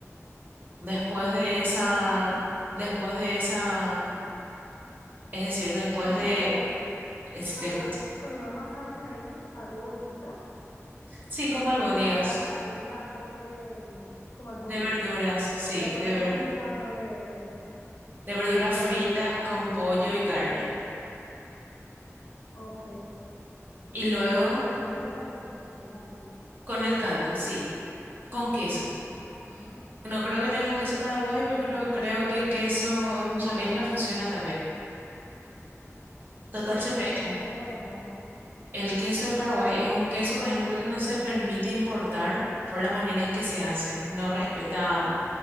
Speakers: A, on the right; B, on the left.
A: Después
B: Ok.
A: de esa, después de esa, es decir, después
B: O sea,
A: de,
B: las
A: es-
B: hago
A: te escucho.
B: con una masa de maíz, hago bolitas
A: Sí,
B: y
A: como albóndigas
B: aparte hago un caldo de como albóndigas.
A: de verduras, sí,
B: Y aparte
A: de, ver-
B: hago un caldo de
A: de
B: un
A: verduras
B: caldo
A: fritas
B: de, bueno,
A: con pollo
B: un caldo.
A: y carne.
B: Ok.
A: Y
B: Y
A: luego
B: luego meto las albóndigas a que se cocinen ahí.
A: con el caldo, sí, con queso.
B: Ajá.
A: No creo que tengan queso Paraguay, pero
B: Uy,
A: creo,
B: qué rico.
A: creo que queso eh, mozzarella funciona también. Total,
B: ¿Y ¿Cómo
A: se
B: es el
A: mezcla.
B: queso de Paraguay?
A: El queso de Paraguay
B: Ok,
A: es un queso, por ejemplo, que no se permite importar por la manera en que se hace. No respeta